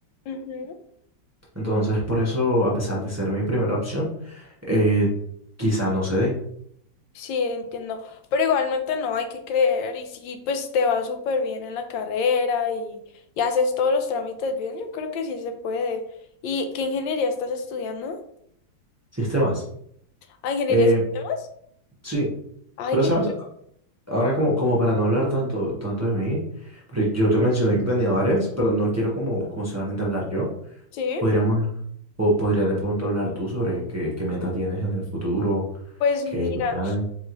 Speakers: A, on the left (about 85°); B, on the right (about 20°).
A: ujú.
B: Entonces, por eso, a pesar de ser mi primera opción, eh, quizá no se dé
A: Sí, entiendo. Pero igualmente no, hay que creer. Y si pues te va súper bien en la carrera y, y haces todos los trámites bien, yo creo que sí se puede. ¿Y qué ingeniería estás estudiando?
B: sistemas.
A: ¿Ah, ingeniería
B: Eh,
A: de sistemas?
B: sí,
A: Ay,
B: pero
A: qué
B: sabes, Ahora como, como para no hablar tanto, tanto de mí, porque yo te mencioné que tenía varias, pero no quiero como, como solamente hablar yo.
A: Sí,
B: Podríamos, o podrías de pronto hablar tú sobre qué, qué meta tienes en el futuro,
A: pues
B: qué,
A: mira,
B: qué planes.